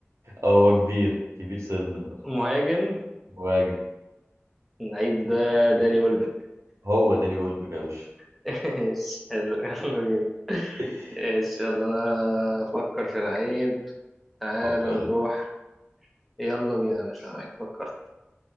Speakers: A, on the right (about 90°); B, in the centre.
A: هو كبير كبير سنا آه.
B: <laughs> مهاجم
A: مهاجم
B: اللعيب ده داني ويلبك
A: هو داني ويلبك يا باشا
B: <laughs> ايش حلو يلا بينا
A: <laughs>
B: ايش يلا انا افكر في لعيب تعالى
A: فكر لي
B: نروح يلا بينا يا باشا معاك فكرت